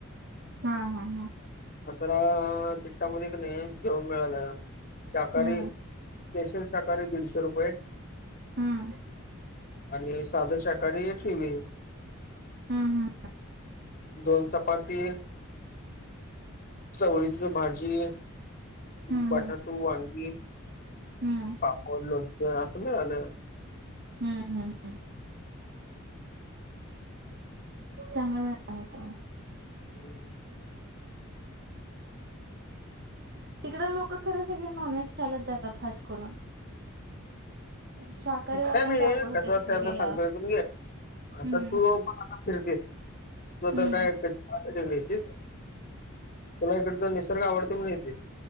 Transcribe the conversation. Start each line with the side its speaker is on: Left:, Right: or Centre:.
Right: हा हा हा
Left: <inaudible> कचरा तिकटामध्ये क नाही घेऊन मिळालं शाकाहारी
Right: हम्म
Left: स्पेशल शाकाहारी दीडशे रुपये
Right: हम्म
Left: <inaudible> आणि साध शाक करी तेवीस
Right: हम्म
Left: दोन चपाती <inaudible> चवळीच भाजी
Right: हम्म
Left: बटाटू वांगी
Right: हम्म
Left: पापड लोणचं अस मिळालं
Right: हम्म हम्म हम्म चांगला मिळालं <unintelligible>
Left: हम्म
Right: तिकडं लोक खरं सगळे नॉनव्हेज खायलाच जातात खास करून <inaudible> शाकाहारीवाल्यांच
Left: अस काय नाही
Right: अवघड होते
Left: कस असत
Right: तिकडे गेल्यावर
Left: सांगतो ऐकूण घे आ
Right: हम्म
Left: ता तू <unintelligible> फिरतेस तू आता
Right: हम्म
Left: काय <unintelligible>
Right: <inaudible>
Left: तुला इकडच निसर्ग आवडतय म्हणून येतेस.